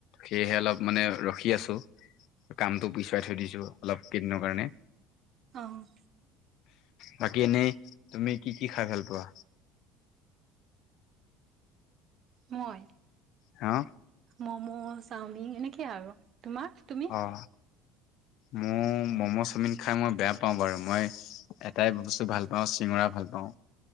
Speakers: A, on the left; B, on the right.
A: সেয়েহে অলপ মানে ৰখি আছো কামতটো পিছুৱাই থৈ দিছো অলপ কেইদিনৰ কাৰণে
B: অ',
A: বাকী এনেই তুমি কি কি খাই ভাল পোৱা
B: মই
A: হা
B: মম' চাওমিন এনেকে আৰু তোমাৰ তুমি
A: অ মোৰ ম'ম' চাওমিন খাই মই বেয়া পাওঁ বাৰু মই এটাই বস্তু ভাল পাওঁ চিঙৰা ভাল পাওঁ